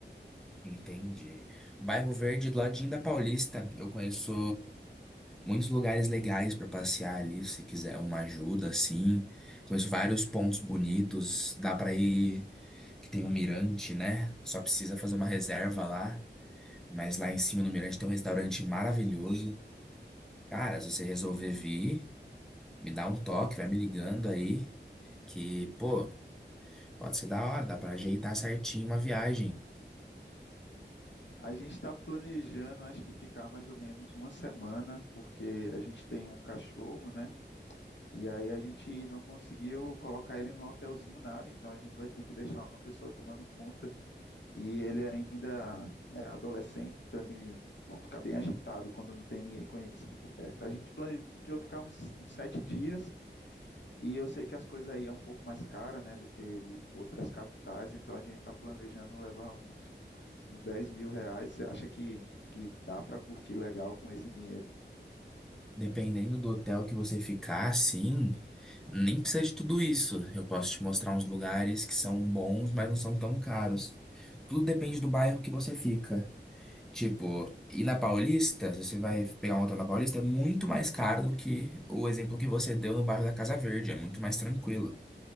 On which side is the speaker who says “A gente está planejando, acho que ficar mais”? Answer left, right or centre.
Left